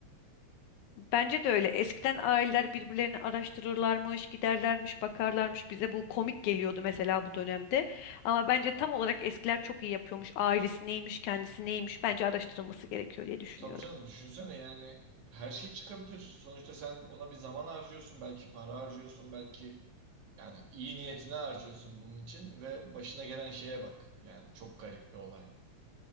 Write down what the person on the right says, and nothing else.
Tabii canım düşünsene yani her şey çıkabilir. Sonuçta sen ona bir zaman harcıyorsun, belki para harcıyorsun, belki yani iyi niyetine harcıyorsun bunun için ve başına gelen şeye bak. Yani çok garip bir olay.